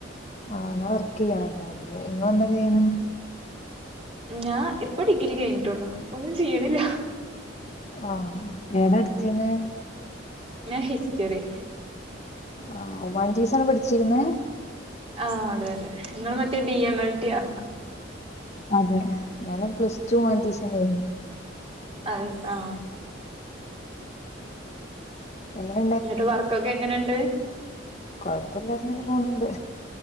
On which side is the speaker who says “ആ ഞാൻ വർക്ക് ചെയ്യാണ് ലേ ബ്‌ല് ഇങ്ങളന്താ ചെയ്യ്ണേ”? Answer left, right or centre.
Left